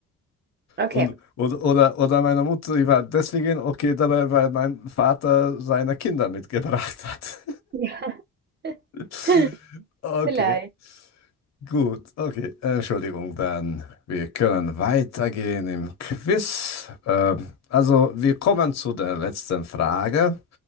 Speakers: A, on the right (about 35°); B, on the left (about 60°).
A: Okay.
B: Und, und, oder, oder meine Mutter, die war deswegen okay dabei, weil mein Vater seine Kinder mitgebracht hat.
A: Ja,
B: <laughs>
A: <laughs>
B: Okay.
A: vielleicht.
B: Gut, okay. Äh, Entschuldigung, dann wir können weitergehen im Quiz. Ähm, also wir kommen zu der letzten Frage.